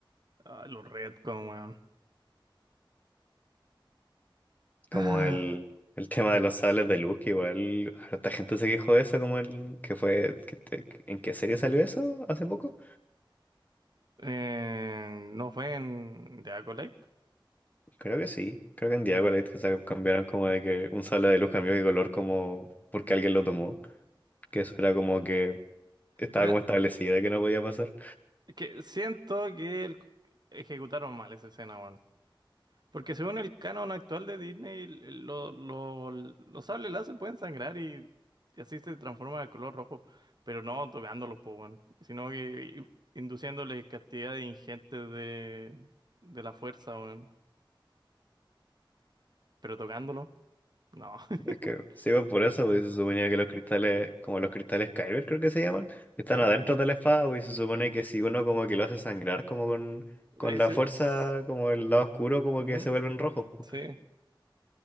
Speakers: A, on the right; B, on the left.
A: Ah, los retcon, weón.
B: como
A: <sighs>
B: el, el tema de los sables de luz, que igual harta gente se quejó de eso, como el que fue, que te- ¿en qué serie salió eso hace poco?
A: Eh, no fue en The Acolyte.
B: Creo que sí, creo que en Diabolite que se cambiaron como de que un sable de luz cambió de color como porque alguien lo tomó, que eso era como que estaba
A: Mira,
B: como establecido de que no podía pasar.
A: es que siento que el- ejecutaron mal esa escena, weón. Porque según el canon actual de Disney, el- el- lo- lo- los sables láser pueden sangrar y, y así se transforma de color rojo. Pero no tocándolos, po, weón. Sino que induciéndoles cantidad de ingentes de, de la fuerza, weón. Pero tocándolo, no. <laughs>
B: Es que sí, pues, por eso, pues, se suponía que los cristales, como los cristales Kyber creo que se llaman, que están
A: Sí.
B: adentro de la espada, pues, y se supone que si uno como que lo hace sangrar como con, con
A: Ahí
B: la
A: se-
B: fuerza,
A: s-
B: como el lado oscuro, como
A: ujú,
B: que se vuelven rojos, pues.
A: sí.